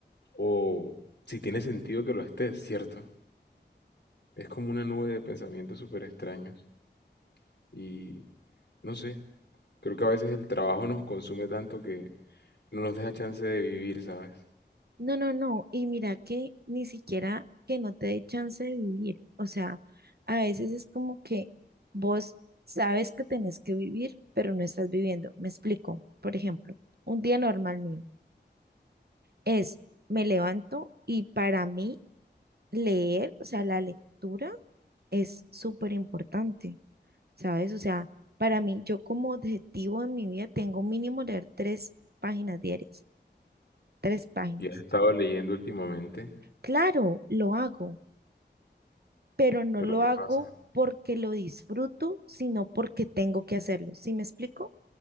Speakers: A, on the left; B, on the right.
A: o si tiene sentido que lo estés, ¿cierto? Es como una nube de pensamientos súper extraños y no sé, creo que a veces el trabajo nos consume tanto que no nos deja chance de vivir, ¿sabes?
B: no, no, no. Y mira que ni siquiera que no te dé chance de vivir. O sea, a veces es como que vos sabes que tenés que vivir, pero no estás viviendo. Me explico. Por ejemplo, un día normal mío. es, me levanto y para mí leer, o sea, la lectura es súper importante, ¿sabes? O sea, para mí, yo como objetivo en mi vida tengo mínimo leer tres páginas diarias, tres páginas.
A: Y has estado leyendo últimamente,
B: Claro, lo hago, pero no
A: pero
B: lo
A: ¿qué
B: hago
A: pasa?
B: porque lo disfruto, sino porque tengo que hacerlo. ¿Sí me explico?